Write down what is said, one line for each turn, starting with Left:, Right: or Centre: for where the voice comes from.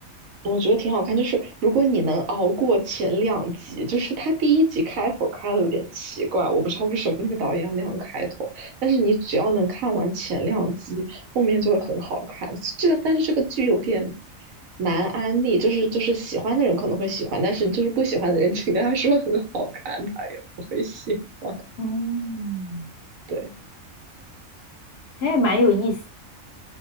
Right: 我觉得挺好看，就是如果你能熬过前两集，就是他第一集开头开的有点奇怪，我不知道为什么那个导演要那样开头，但是你只要能看完前两集，后面就会很好看。这个，但是这个剧有点难安利，就是就是喜欢的人可能会喜欢，但是就是不喜欢的人，请跟他说很好看，他也不会喜欢。
Left: 嗯，
Right: 对。
Left: 哎，蛮有意思。